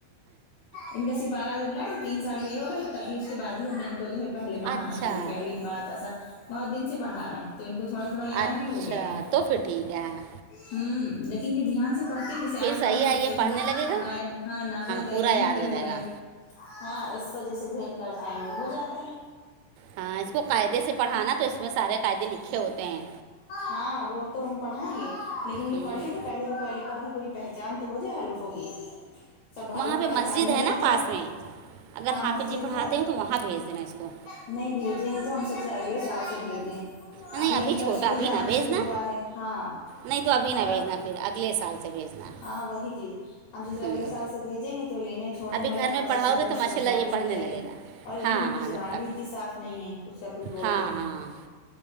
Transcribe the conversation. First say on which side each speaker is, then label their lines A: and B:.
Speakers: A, on the left; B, on the right.
A: ان کا سپارہ جب ل تین سال کا یہ ہوگا تو تب اس کے بعد ہی ہم نے ان کو جو ہے پہلے پڑھانا
B: اچھا
A: شروع کیا الف با تا سا بہت دن سے پڑھا رہے ہیں تو ان کو تھوڑا تھوڑا یاد
B: اچھا
A: بھی ہو گیا ہے
B: تو پھر ٹھیک ہے ہاں
A: ہوں لیکن یہ دھیان سے پڑھتے نہیں جسے آج
B: صحیح
A: پڑھا
B: ہے
A: پھر
B: یہ
A: کئی
B: پڑھنے
A: دن
B: لگے گا
A: غائب ہاں ناگے
B: پورا یاد
A: کے ہو
B: جائے
A: گئے
B: گا
A: ہاں اس وجہ سے جو ہے ان کا ٹائم وہ ہو جاتا ہے
B: ہاں اس کو قاعدے سے پڑھانا تو اس میں سارے قاعدے لکھے ہوتے ہیں
A: ہاں وہ تو ہم پڑھائیں گے لیکن یہ
B: ہوں
A: پڑھیں تو پہلے ان کو الف با کی پوری پہچان تو ہو جائی حروف ہوگی حروف
B: وہاں پہ
A: پہچاننے
B: مسجد ہے
A: لگ
B: نا پاس
A: جائے
B: میں اگر
A: ہاں
B: حافظ
A: مسجد
B: جی پڑھاتے
A: ہے
B: ہوں تو وہاں بھیج دینا اس کو
A: نہیں بھیجیں گے تو ہم سوچ رہے اگلے سال سے بھیجیں
B: نہیں
A: ابھی ان
B: چھوٹا
A: کا اسکول
B: ابھی
A: جانا
B: نہ بھیجنا
A: شروع ہوا ہے ہاں
B: نہیں تو ابھی نہ
A: اور
B: بھیجنا پھر اگلے سال سے بھیجنا
A: ہاں وہی چیز ہم سوچے
B: ہوں
A: اگلے سال سے بھیجیں گے تو لینے چھوڑنے
B: ابھی
A: والا
B: گھر
A: تھوڑا
B: میں
A: <unintelligible>
B: پڑھاؤ
A: تھوڑا
B: گے تو ماشاء
A: سمجھداری
B: اللہ یہ پڑھنے
A: ہو جائے
B: لگے
A: گی
B: گا
A: اور ابھی
B: ہاں
A: ان
B: ہاں
A: کی زبان
B: جب تک
A: بھی اتنی صاف نہیں ہے کچھ کیا کچھ بولتے
B: ہاں ہاں
A: ہیں